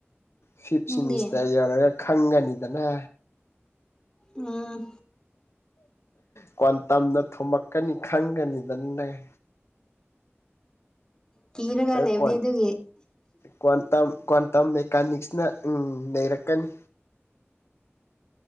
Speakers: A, on the left (about 70°); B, on the left (about 15°).
A: ꯐꯤꯞ
B: ꯅꯪꯗꯤ
A: ꯁꯤꯃꯤꯁꯇꯔ ꯌꯧꯔꯒ ꯈꯪꯒꯅꯤꯗꯅꯥ꯫
B: ꯎꯝ꯫
A: ꯀ꯭ꯋꯥꯟꯇꯝꯅ ꯊꫭꯝꯃꯛꯀꯅꯤ ꯈꯪꯒꯅꯤꯗꯅ ꯅꯪ꯫
B: ꯀꯤꯔꯒ
A: ꯅꯪ
B: ꯂꯩꯕꯅꯦ
A: ꯀ꯭ꯋꯥꯟ
B: ꯑꯗꯨꯒꯤ꯫
A: ꯀ꯭ꯋꯥꯟꯇꯝ ꯀ꯭ꯋꯥꯟꯇꯝ ꯃꯦꯀꯥꯅꯤꯛꯁꯅ ꯎꯝ ꯅꯩꯔꯛꯀꯅꯤ꯫